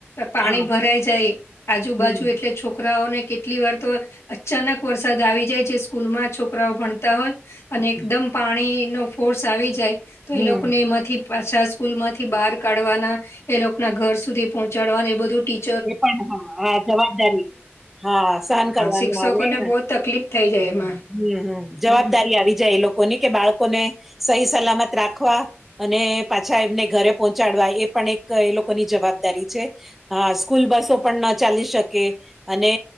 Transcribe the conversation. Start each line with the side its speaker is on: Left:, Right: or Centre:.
Left: પાણી
Centre: હા
Left: ભરાઈ જાય, આજુબાજુ
Centre: હમ
Left: એટલે છોક રાઓને કેટલી વાર તો અચાનક વરસાદ આવી જાય, જે સ્કૂલ માં છોકરાઓ ભણતા હોય અને એકદમ
Centre: હમ,
Left: પાણી નો ફોર્સ આવી જાય તો
Centre: હમ
Left: એ લોકને એમાંથી પાછા સ્કૂલ માંથી બહાર કાઢવાના, એ લોક ના ઘર સુધી પહોંચાડવા એ બધું ટી
Centre: એ પણ, હા, હા જવાબદારી હા. સહન કરવાનું
Left: શિક્ષકોને
Centre: આવે. હમ્મ-હમ્મ-હમ્મ.
Left: બહુ તકલીફ થઈ જાય એમાં
Centre: જવાબદારી
Left: હમ
Centre: આવી જાય એ લોક કોની કે બાળકોને સહી સલામત રાખવા અને પાછા એમને ઘરે પહોંચાડવા એ પણ એક એ લોકોની જવાબદારી છે. હા, સ્કૂલ બસો પણ ન ચાલી શકે, અને